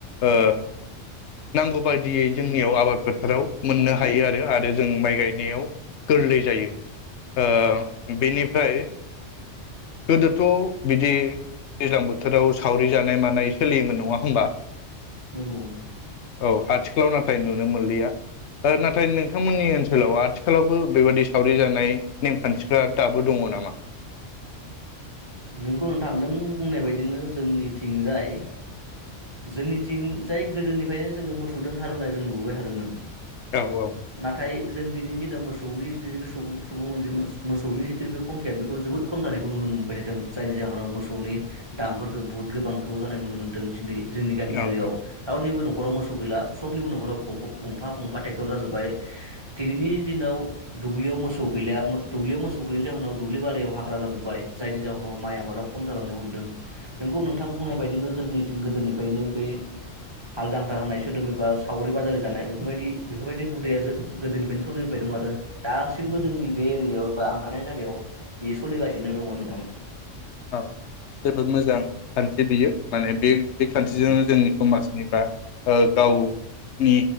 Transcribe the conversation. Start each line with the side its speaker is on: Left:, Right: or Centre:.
Left: ओ‌ नांगौ बायदियै जोंनियाव आबाद फोथाराव मोननो हायो आरो आरो जों माइ गायनायाव गोरलै जायो ओ बेनिफ्राय गोदोथ' बिदि दैज्लां बोथोराव सावरि जानाय मानाय सोलियोमोन नङा होमबा?
Right: नंगौ नंगौ
Left: औ आथिखालाव नाथाय नुनो मोनलिया नाथाय नोंथांमोननि ओनसोलाव आथिखालावबो बेबायदि सावरि जानाय नेमखान्थि फोरा दाबो दङ नामा?
Right: नोंगौ नोंथां नों बुंनाय बायदिनो जोंनिथिंजाय जोंनिथिंजाय गोदोनिफायनो जोङो मोसौदों हालेवनाय जों नुबोबाय थादोंमोन
Left: औ औ
Right: नाथाय जों दिनैनि दिनाव मोसौनि जिथुनिखि सुबुं अनजिमा मोसौनि जिथुनिखि संखिया बेखौ जोबोद खम जानायखौ नुनो मोनबोदो दों जायनि जाहोनाव मोसौनि दामफोरखौ बुहुत गोबांखौ जानाय नुनो मोन्दों दिनै जोंनि गामि
Left: दङ
Right: एरियायाव
Left: औ
Right: रावनिबो नख खराव मोस गैला सबनिबो नखराव गंफा गंफा ट्रेक्टर जाजोबाय दिनैनि दिनाव दुब्लियाव मोसौ गैला दुब्लियाव मोसौ गैयैनि जाहोनाव दुब्लिबारियाव हाग्रा जाजोबबाय जायनि जाव नाव‌ माइ आबादाव खम जांलांनो हमदो दों नोंगौ नोंथां बुंनाय बायदिनो जोंनि थिं गोदोनिफ्रायनो बै हाल जांख्रा होनाय सोदोब एबा सावरि बादालि जानाय बेफोरबायदि बेफोरबायदि हुदाया गोदोनिफ्रायनो सोलिबोबाय दं आरो दासिमबो जोंनि बे एरियायाव एबा आं थानाय जायगायाव बेयो सोलिगासिनो दङ नोंथां।
Left: औ जोबोद मोजां खान्थि बियो माने बे बे खान्थिजोंनो जोंनि समाजनि बा ओ गावनि